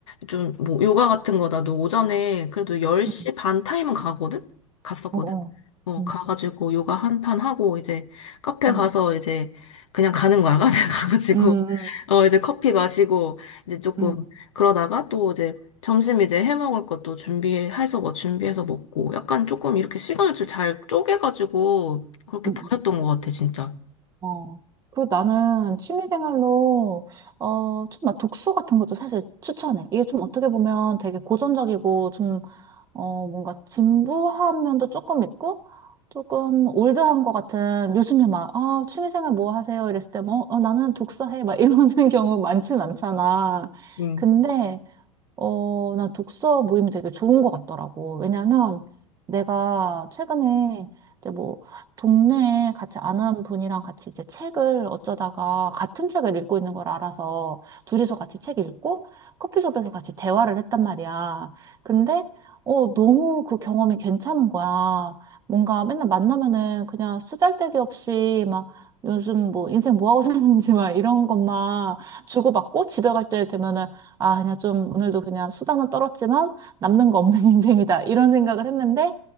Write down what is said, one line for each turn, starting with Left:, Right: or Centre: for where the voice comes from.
Left: 좀 뭐 요가 같은 거 나도 오전에 그래도 10시
Right: 응,
Left: 반 타임은 가거든? 갔었거든?
Right: 어, 어,
Left: 어,
Right: 응,
Left: 가가지고 요가 한 판 하고 이제 카페
Right: 응,
Left: 가서 이제 그냥 가는 거야. <laughs> 카페 가가지고
Right: 응, 응,
Left: 어, 이제 커피 마시고 이제 조금
Right: 응,
Left: 그러다가 또 이제 점심 이제 해 먹을 것도 준비해서 뭐 준비해서 먹고 약간 조금 이렇게 시간을 좀 잘 쪼개가지고 그렇게
Right: 응.
Left: 보냈던
Right: 응.
Left: 것 같아, 진짜.
Right: 어. 그리고 나는 취미생활로, 어, 좀 막 독서 같은 것도 사실 추천해. 이게 좀 어떻게 보면 되게 고전적이고, 좀, 어, 뭔가 진부한 면도 조금 있고, 조금 올드한 것 같은, 요즘에 막, 아, 취미생활 뭐 하세요? 이랬을 때, 뭐, 어, 나는 독서해. 막 이러는 <laughs> 경우 많진 않잖아.
Left: 음
Right: 근데, 어, 나 독서 모임이 되게 좋은 것 같더라고. 왜냐면 내가 최근에 이제 뭐 동네에 같이 아는 분이랑 같이 이제 책을 어쩌다가 같은 책을 읽고 있는 걸 알아서 둘이서 같이 책 읽고 커피숍에서 같이 대화를 했단 말이야. 근데 어, 너무 그 경험이 괜찮은 거야. 뭔가 맨날 만나면은 그냥 수잘데기 없이 막 요즘 뭐 인생 뭐 하고 <laughs> 사는지 막 이런 것만 주고받고 집에 갈 때 되면은 아, 그냥 좀 오늘도 그냥 수단은 떨었지만 남는 거 없는 <laughs> 인생이다. 이런 생각을 했는데,